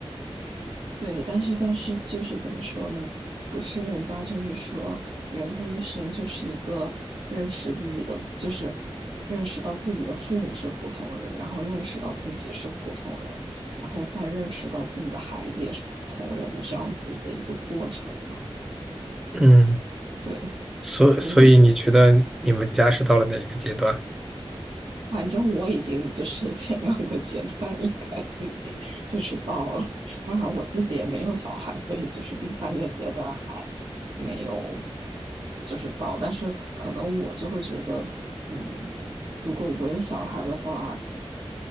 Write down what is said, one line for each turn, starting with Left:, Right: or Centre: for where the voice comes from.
Right: 对，但是但是就是怎么说呢？不是人家就是说，人的一生就是一个认识自己的，就是认识到自己的父母是普通人，然后认识到自己是普通人，然后再认识到自己的孩子也是普通人的这样子的一个过程嘛。
Centre: 嗯，
Right: 对，
Centre: 所所以你觉得你们家是到了哪一个阶段？
Right: 所以反正我已经就是 <laughs> 前两个阶段应该都已经就是到了，当然我自己也没有小孩，所以就是第三个阶段还没有就是到，但是可能我就会觉得，嗯，如果我有小孩的话，